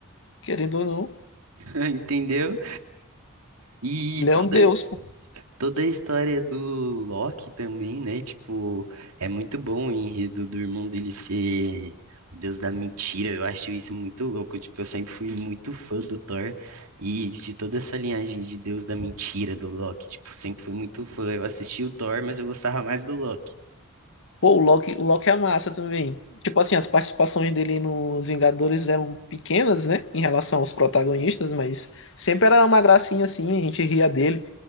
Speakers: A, on the left; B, on the right.
A: Querendo ou não,
B: <laughs> entendeu? E
A: ele
B: toda,
A: é um deus, pô.
B: Toda a história do Loki também, né? Tipo, é muito bom o enredo do irmão dele ser o Deus da mentira. Eu acho isso muito louco. Tipo, eu sempre fui muito fã do Thor e de toda essa linhagem de Deus da mentira do Loki. Tipo, sempre fui muito fã. Eu assisti o Thor, mas eu gostava mais do Loki.
A: Pô, o Loki, o Loki é massa também. Tipo assim, as participações dele nos Vingadores eram pequenas, né? Em relação aos protagonistas, mas sempre era uma gracinha assim, a gente ria dele.